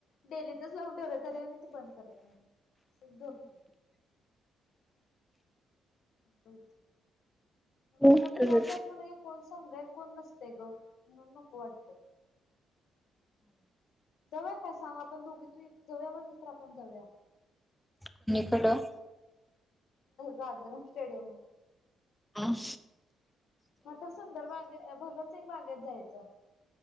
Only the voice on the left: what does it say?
डेलीच लावून ठेवलोय तरी आणि ती बंद करत नाही त झोपते असं होत
खरं फिरायला
जायचं म्हणलं क कोण सांग कोण नसतय ग म्हणून नको वाटतंय जाव्या काय सांग आपण दोघी तुही जवया म्हणजे तर आपण जऊया
राजाराम स्टेडियम
ह तर सुंदर बागे भगतसिंग बागेत जायचं